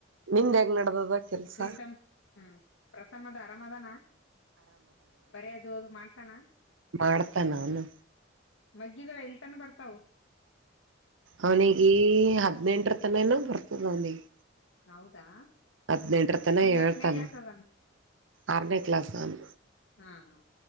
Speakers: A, on the right; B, on the left.
A: ನಿಮ್ದ ಹೆಂಗ್ ನಡ್ದದ. ಕೆಲ್ಸ
B: ಪ್ರೀತಮ್ ಹ್ಮ್ ಪ್ರಥಮದ ಅರಮದಾನ. ಬರೆದು ಅದು ಮಾಡ್ತಾನ.
A: ಮಾಡ್ತನ ಅವ್ನು.
B: ಮಗ್ಗಿದು ಎಲ್ತಾನ ಬರ್ತಾವ್.
A: ಅವ್ನಿಗೆ ಈ ಹದ್ನೆಂಟ್ರ ತನೆನೋ ಬರ್ತದ ಅವ್ನಿಗೆ.
B: ಹೌದಾ
A: ಹದ್ನೆಂಟ್ರ ತನ
B: ಈಗ
A: ಹೇಳ್ತನ.
B: ಎಷ್ಟನೇ ಕ್ಲಾಸ್ ಅದನು
A: ಆರ್ನೇ ಕ್ಲಾಸ್ ಆನ್.
B: ಹಾ ಹಾ